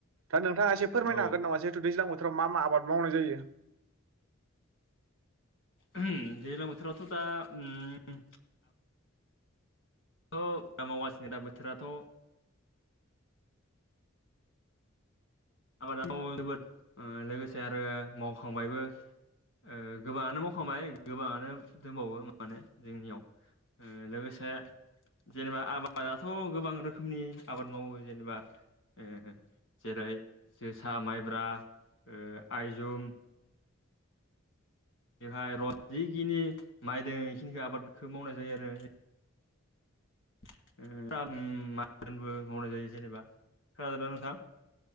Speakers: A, on the right; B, on the left.
A: दा नोंथाङा एसे फोरमायनो
B: औ
A: हागोन नामा जिहेथु दैज्लां बोथोराव मा मा आबाद मावनाय जायो?
B: उम दैज्लां बोथोरावथ' दा उम अ दा मावगासिनो दा बोथोराथ' आबादाथ' जोबोद ओ लोगोसे आरो मावखांबायबो। ओ गोबाङानो मावखांबाय गोबाङानो दंबावो माने जोंनियाव। ओ लोगोसे जेनेबा आबादाथ' गोबां रोखोमनि आबाद मावो जेनेबा ओ जेरै जोसा माइब्रा ओ आइजुम। बेनिफाय रन्जि जेखिनि माइ दोङो बेखिनिखौ आबादखो मावनाय जायो आरो। ओ <unintelligible> मोनबो मावनाय जायो जेनेबा खोनादोंना नोंथां?